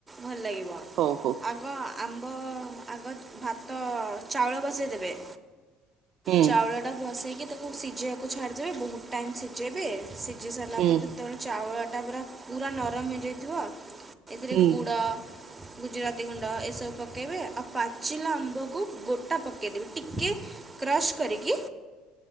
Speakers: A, on the right; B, on the right.
A: ଭଲ ଲାଗିବ।
B: ହଉ ହଉ।
A: ଆଗ ଆମ୍ବ, ଆଗ ଭାତ ଚାଉଳ ବସାଇଦେବେ।
B: ହୁଁ
A: ଚାଉଳଟା ବସେଇକି ତାକୁ ସିଝେଇବାକୁ ଛାଡ଼ିଦେବେ, ବହୁତ ଟାଇମ୍ ସିଝେଇବେ, ସିଝି ସାରିଲା
B: ହୁଁ
A: ପରେ ଯେତେବେଳେ ଚାଉଳଟା ପୁରା ପୁରା ନରମ ହେଇଯାଇଥିବ ଏଥିରେ
B: ହୁଁ
A: ଗୁଡ଼ ଗୁଜୁରାତି ଗୁଣ୍ଡ ଏସବୁ ପକାଇବେ, ଆଉ ପାଚିଲା ଆମ୍ବକୁ ଗୋଟା ପକାଇଦେବେ, ଟିକେ କ୍ରସ୍ କରିକି,